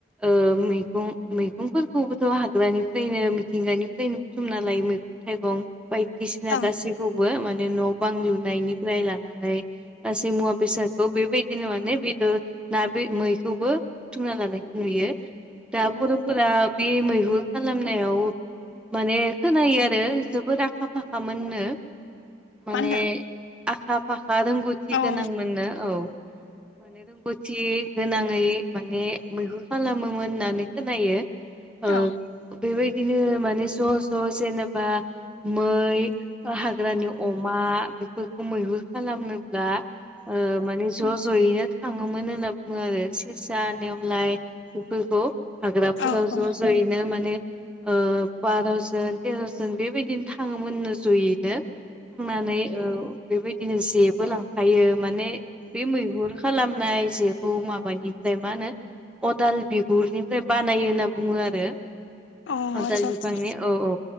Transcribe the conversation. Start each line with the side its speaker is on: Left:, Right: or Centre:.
Centre: ओ मैगं मैगंफोरखौबोथ' हाग्रानिफ्रायनो मिथिंगानिफ्रायनो बुथुमना लायो मैगं-थाइगं बायदिसिना
Left: औ
Centre: गासैखौबो मान न' बां लुनायनिफ्राय लानानै गासै मुवा बेसादखौ बेबायदिनो माने बेदर ना बे मैखौबो बुथुमना लानायखौ नुयो दा बर'फोरा बे मैहुर खालामनायाव माने खोनायो आरो जोबोद आ आखा फाखामोननो माने
Left: मा होनदों
Centre: आखा फाखा हा रोंगौथि
Left: औ
Centre: गोनांमोननो
Left: औ
Centre: औ माने रोंगौथि गोनाङै माने मैहुर खालामोमोन होननानै खोनायो ओ
Left: औ
Centre: बेबायदिनो माने ज' ज' जनेबा मै हाग्रानि अमा बेफोरखौ मैहुर खालामनो ब्ला ओ माने ज' ज' यै थाङोमोन होनना बुङो आरो सेसा नेवलाय बेफोरखौ हाग्राफोराव
Left: औ औ
Centre: ज' जयैनो माने ओ बार'जन तेर'जोन बेबायदिनो थाङोमोननो जयैनो थांनानै औ बेबायदिनो जेबो लांफायो माने बे मैहुर खालामनाय जेखौ माबानि मा होनो अदाल बिगुरनिफ्राय बानायो होनना बुङो आरो
Left: औ
Centre: अ
Left: आतसा
Centre: दाल
Left: आतसा
Centre: बिफांनि औ औ